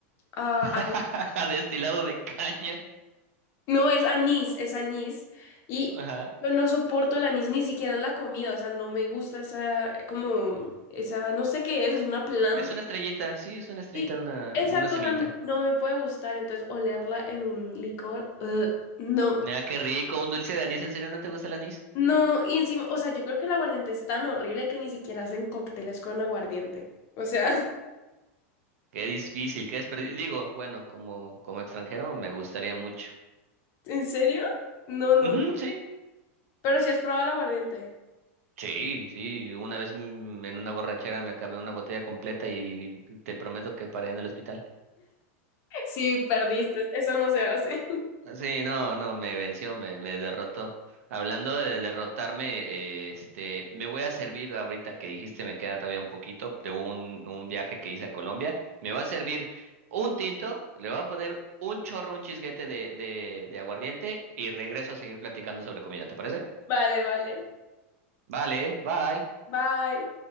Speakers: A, on the left; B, on the right.
A: a-
B: <laughs>
A: a-
B: destilado de caña.
A: No, es anís, es anís. Y
B: Ajá.
A: yo no soporto el anís ni siquiera en la comida, o sea, no me gusta esa, como, esa, no sé qué es, es una planta.
B: Es una estrellita, sí, es una estrellita,
A: Sí,
B: una,
A: esa
B: una
A: cosa
B: semillita.
A: n- no me puede gustar, entonces olerla en un licor, ugh, no.
B: Ah, qué rico, un dulce de anís, ¿en serio no te gusta el anís?
A: No, y encima, o sea, yo creo que el aguardiente es tan horrible que ni siquiera hacen cócteles con aguardiente. O sea,
B: Qué difícil, qué desperdicio. Digo, bueno, como, como extranjero me gustaría mucho.
A: <laughs> ¿en serio? No, no,
B: Ujú,
A: no.
B: sí,
A: Pero si has probado el aguardiente.
B: sí, sí. Una vez mm, en una borrachera me acabé una botella completa y te prometo que paré en el hospital.
A: Sí, perdiste. Eso no se hace. <laughs>
B: Sí, no, no, me venció, me, me derrotó. Hablando de derrotarme, eh, este, me voy a servir ahorita que dijiste, me queda todavía un poquito de un, un viaje que hice a Colombia. Me va a servir un tinto, le voy a poner un chorro, un chisguete de, de, de aguardiente y regreso a seguir platicando sobre comida, ¿te parece?
A: Vale, vale.
B: Vale, bye.
A: Bye.